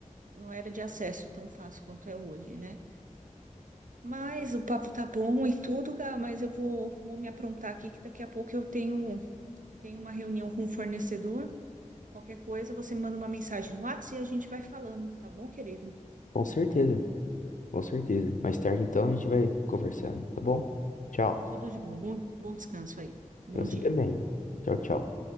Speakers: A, on the right; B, on the left.
A: não era de acesso tão fácil quanto é hoje, né? Mas o papo tá bom e tudo, Gá, mas eu vou, vou me aprontar aqui que daqui a pouco eu tenho, tenho uma reunião com o fornecedor. Qualquer coisa, você me manda uma mensagem no WhatsApp e a gente vai falando, tá bom, querido?
B: com certeza, com certeza. Mais tarde, então, a gente vai conversando, tá bom? Tchau.
A: Tudo de bom. Bom, bom descanso aí. Bom
B: Pra você
A: dia.
B: também. Tchau, tchau.